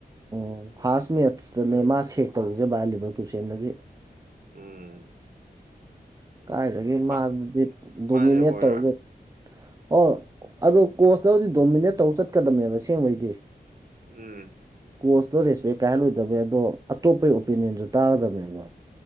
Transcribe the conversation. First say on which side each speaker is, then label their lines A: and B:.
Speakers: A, on the right (about 20°); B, on the right (about 55°).
A: ꯑꯣ ꯐꯥꯔꯁ ꯃꯦꯠꯁꯇꯅꯦ ꯃꯥ ꯁꯦꯛ ꯇꯧꯏꯁꯦ ꯕꯌꯜꯂꯤꯕꯣ ꯇꯨꯁꯦꯟꯗꯒꯤ
B: ꯎꯝ
A: ꯀꯥꯏꯗꯒꯤ ꯃꯥꯗꯨꯗꯤ
B: ꯃꯥ-
A: ꯗꯣꯃꯤꯅꯦꯠ
B: ꯃꯥꯁꯦ ꯑꯣꯏꯔꯔꯣꯏ
A: ꯇꯧꯔꯒꯦ ꯑꯣ ꯑꯗꯣ ꯀꯣꯁꯇꯕꯨꯗꯤ ꯗꯣꯃꯤꯅꯦꯠ ꯇꯧꯔꯒ ꯆꯠꯀꯗꯝꯅꯦꯕ ꯑꯁꯦꯡꯕꯩꯗꯤ
B: ꯎꯝ
A: ꯀꯣꯁꯇꯣ ꯔꯦꯁꯄꯦꯛ ꯀꯥꯏꯍꯜꯂꯣꯏꯗꯕꯅꯦ ꯑꯗꯣ ꯑꯇꯣꯞꯄꯒꯤ ꯑꯣꯄꯤꯅꯤꯌꯟꯁꯨ ꯇꯥꯒꯗꯕꯅꯦꯕ